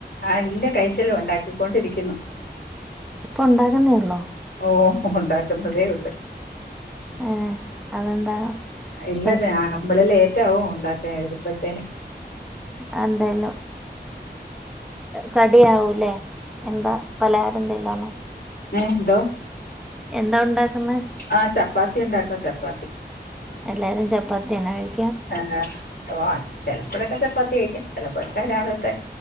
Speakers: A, on the left; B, in the centre.
A: ആഹ് ഇല്ല കയിച്ചില്ല ഒണ്ടാക്കിക്കൊണ്ടിരിക്കുന്നു
B: ഇപ്പ ഉണ്ടാകുന്നേ ഉള്ളോ
A: ഓഹ് ഒണ്ടാക്കുന്നതേ ഉള്ളൂ
B: ഏഹ് അതെന്താ
A: ഇല്ല
B: സ്പെഷ്യൽ
A: രാ നമ്മള ലേറ്റ് ആവും ഉണ്ടാക്കെ വരുമ്പഴത്തേന്
B: അത്‌ എന്തായാലും കടിയാവൂല്ലേ എന്താ പലഹാരം എന്തേലും ആണോ
A: എഹ് എന്തോ
B: എന്താ ഉണ്ടാക്കുന്നെ
A: ആഹ് ചപ്പാത്തി ഉണ്ടാക്ക ചപ്പാത്തി
B: എല്ലാരും ചപ്പാത്തിയന്ന കഴി
A: ആന്നാ ഓ ചിലപ്പോഴൊക്കെ ചപ്പാത്തി കഴിക്കും ചിലപ്പോഴൊക്കെ രാവിലത്തെ